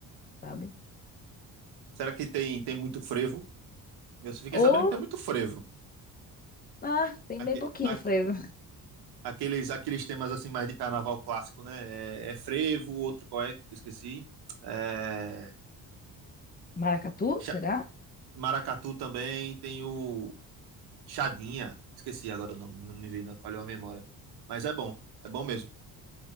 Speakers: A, on the left (about 25°); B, on the right (about 85°).
A: sabe?
B: Será que tem, tem muito frevo? Eu só fiquei sabendo
A: Ou,
B: que tem muito frevo.
A: ah, tem
B: Aque-
A: bem pouquinho
B: aque-
A: frevo.
B: Aqueles, aqueles temas assim mais de carnaval clássico, né? É, é frevo, outro qual é? Esqueci. É,
A: Maracatu,
B: cha-
A: será?
B: maracatu também, tem o Chadinha. Esqueci agora o nome, não me veio, não, falhou a memória. Mas é bom, é bom mesmo.